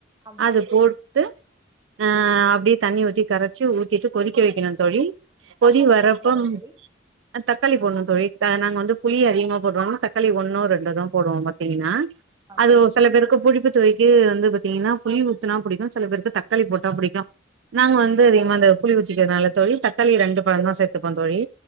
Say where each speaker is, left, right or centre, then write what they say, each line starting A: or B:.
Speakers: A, on the right; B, on the right.
A: ஆமா
B: அது போ டு ஆ அப்டியே தண்ணி ஊத்தி கரைச்சு ஊத்திட்டு கொதிக்க வெக்கணு தோழி கொதி
A: தக்காளி
B: வரப்போம்
A: போடக்கூடாதா தோழி
B: அ தக்காளி போண்ணு தோழி அ நாங்க வந்து புளிய அதிகமா போட்ற <unintelligible> தக்காளி ஒன்னோ ரெண்டோதா போடுவோ பாத்தீங்கன்னா
A: ஆ
B: அது
A: சரிங்க
B: ஒரு சில பேருக்கு புளிப்பு துவைக்கு வந்து பாத்திங்கன்னா புளி ஊத்துனா புடிக்கு சில பேருக்கு தக்காளி போட்டா புடிக்கு நாங்க வந்து அதிகமா அந்த புளி ஊத்திக்கிறதனால தோழி தக்காளிய ரெண்டு பழந்தா சேத்துப்போந் தோழி